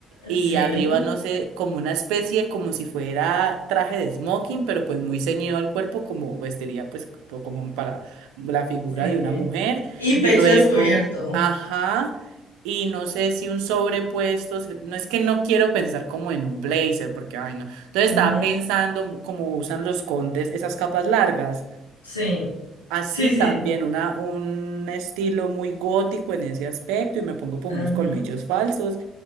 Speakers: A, on the right; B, on the left.
A: y
B: sí,
A: arriba, no sé, como una especie, como si fuera traje de smoking, pero pues muy ceñido al cuerpo, como vestiría pues co- como para la figura
B: sí.
A: de una mujer.
B: Y pecho
A: Y luego,
B: descubierto.
A: ajá, y no sé si un sobrepuesto, se- no es que no quiero pensar como en un blazer, porque, ay, no. Entonces
B: Ajá.
A: estaba pensando como usan los condes esas capas largas.
B: Sí,
A: Así
B: sí, sí.
A: también una, un estilo muy gótico en ese aspecto y me pongo pues
B: Ajá.
A: unos colmillos falsos